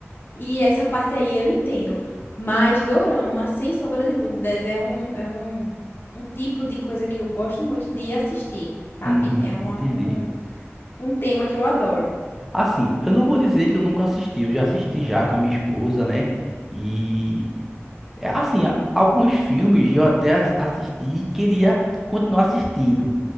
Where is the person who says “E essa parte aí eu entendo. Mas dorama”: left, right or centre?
Left